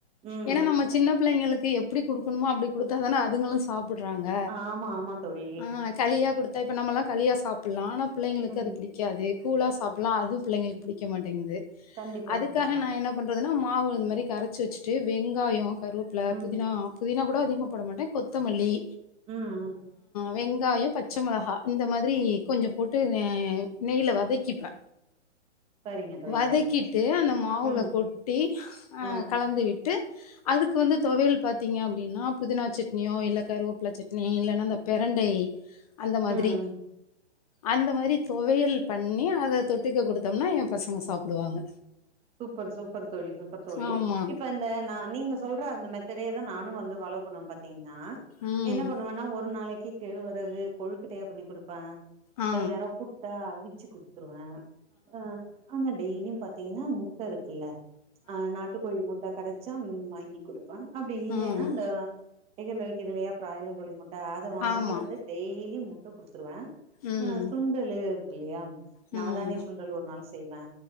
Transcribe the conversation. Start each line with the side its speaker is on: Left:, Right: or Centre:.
Right: ம்
Left: ஏன்னா
Right: ம்
Left: நம்ம சின்ன பிள்ளைங்களுக்கு எப்டி குடுக்கணுமோ அப்டி குடுத்தா தானே அதுங்களு சாப் புட்றாங்க
Right: ஆமா ஆமா தோழி
Left: அ களியா குடுத்தா இப்போ நம்மல்லா களியா சாப்புட்லா ஆனா பிள்ளைங்களுக்கு
Right: ம்
Left: அது புடிக்காது கூழா சாப்புட் அதுவு பிள்ளைங்களுக்கு பிடிக்க மாட்டேங்குது
Right: கண்டிப்பா
Left: அதுக்காக
Right: கண்டிப்பா
Left: நா என்ன பண்ண றதுனா மாவு இந்த மாதிரி கரைச்சி வச்சுட்டு வெங்காயோ கருவேப்பில
Right: ம்
Left: புதினா புதினா கூட அதிகமா போட மாட்டே கொத்தமல்லிஅ
Right: ம் ம்
Left: வெங்காயோ பச் பச்சமொளகாய் இந்த மாதிரி கொஞ்சோ போட்டு நெய்ல வதக்கிப்பே
Right: சரிங்க தோழி
Left: வதக்கிட்டு
Right: சரிங்க
Left: அந்த மாவுல
Right: ம்
Left: கொட்டி அ
Right: ஆ
Left: கலந்து விட்டு அதுக்கு வந்து தொவையல் பாத்திங்க அப்டின்னா புதினா சட்னியோ இல்ல கருவேப்பில சட்னி இல்லன்னா பெரண்டை அந்த மாதிரி
Right: ம்
Left: அந்த மாதிரி தொவையல் பண்ணி அத தொட்டுக்க குடுத்தோம்னா என் பைய பசங்க சாப்டுவாங்க
Right: சூப்பர் சூப்பர் தோழி சூப்பர் தோழி
Left: ஆமா
Right: இப்ப இப்ப நா நீங்க சொல்ற அந்த மெத்தடே தா நானும் வந்து பாலோ பண்ணணுன் பாத்து பாத்தீங்கன்னா
Left: ம்
Right: என்ன பண்ணுவன்னா ஒரு நாளைக்கு கேழ்வரகு கொழுக்கட்டையா பண்ணி குடுப்பே
Left: ஆ
Right: சில நேரோ புட்டா அவுச்சு குடுத்துருவே ஆ ஆனா டெய்லியும் பாத்தீங்கன்னா முட் ட்ட இருக்குல்ல ஆ நாட்டுக்கோழி முட்ட கெடைச்சா ம் வாங்கி குடுப் அப்டி இல்லைன்னா
Left: ம்
Right: அந்த கடைகள்ல விக்குதுல்லையா பிராய்லர் கோழி முட்ட அத வாங்கி
Left: ஆமா
Right: வந்து டெய்லி முட்ட குடுத்துருவே
Left: ம்
Right: ஆ சுண்டல இருக்கு இல்லையா
Left: ம்
Right: நவதானிய சுண்டல் ஒரு நாள் செய்வே